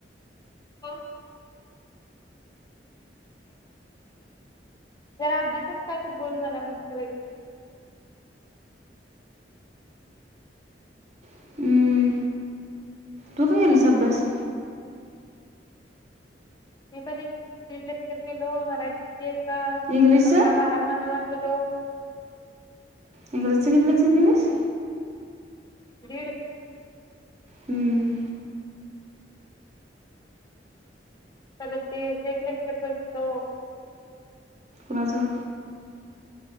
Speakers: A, on the left (about 20°); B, on the right (about 40°).
A: हो जरा अभ्यासच काय तर बोल म्हणा मस्त बैकी
B: हम्म. तू काय केलंस अभ्यास
A: मी पण <unintelligible> महाराज
B: इंग्लिशचा
A: अकरा बारा पान वाच हॅलो
B: इंग्लिशचं किती लेक्चर इंग्लिश केलंस
A: दीड
B: हम्म
A: त्याल ते ते एक लेक्चर बघितलो
B: म अजून